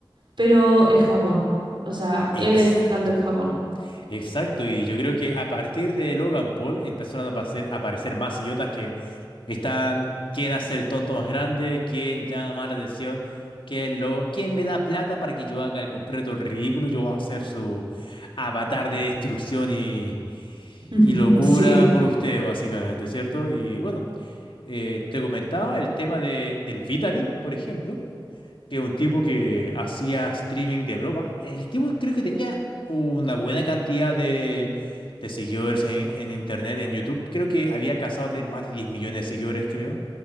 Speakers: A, on the right; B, on the left.
A: pero en Japón. O sea,
B: Exacto.
A: él estando en Japón.
B: Exacto, y yo creo que a partir de Logan Paul empezaron a aparecer, a aparecer más idiotas que están, quién hace el tonto más grande, quién llama más la atención, quién, lo, quién me da plata para que yo haga el completo el ridículo, yo voy a hacer su avatar de destrucción y,
A: <laughs>
B: y locura
A: Sí.
B: por usted, básicamente, ¿cierto? Y bueno, eh, te comentaba el tema de, del Vitari, por ejemplo que un tipo que hacía streaming de broma. El tipo creo que tenía una buena cantidad de, de seguidores en, en internet, en YouTube. Creo que había casado a tener más de 10 millones de seguidores, creo.